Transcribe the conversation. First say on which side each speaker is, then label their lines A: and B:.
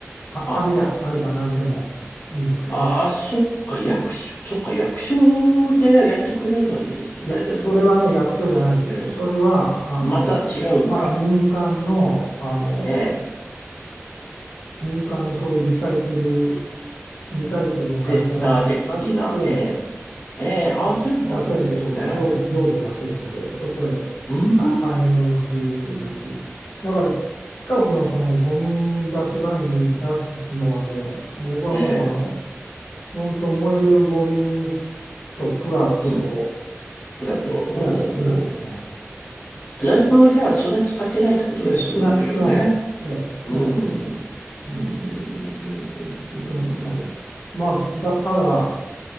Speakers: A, on the left (about 80°); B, on the left (about 50°).
A: か、
B: あ、
A: 紙であれば何でもいいんですけど、
B: ああ、そっか、役所、そっか、役所でやってくれるのはいいですね、
A: いや、
B: でも。
A: それはね、役所じゃないんですよ。
B: ええ、
A: それは、あの、
B: また違うんだ。
A: また民間の、あの、
B: ええ、
A: 民間のそういうリサイクル、リサイクルの会社みたいなのがあって、
B: センター的な、ええ、ええ、ああ、
A: その出せるところが常時、
B: そういうのがあるんですね。
A: 常時出せるので、そこへ買い、
B: うん、
A: 買い物のついでに出し、だから近くのそのゴミ出し場に出すのはね、僕はもう、
B: ええ、
A: あの、本当燃えるゴミとプラと
B: うん、フラット、
A: でぐらい、
B: うんうんうん。
A: ぐらいですね。
B: だいぶ、じゃあ、そんなに使ってないってことですよね。
A: えー少ない、少ないです。えー少ないですね。
B: うん。うん、うん、
A: うん、
B: うん、うん、うん、うん。
A: とっても少ないです。
B: うん
A: まあ、だ、ただ、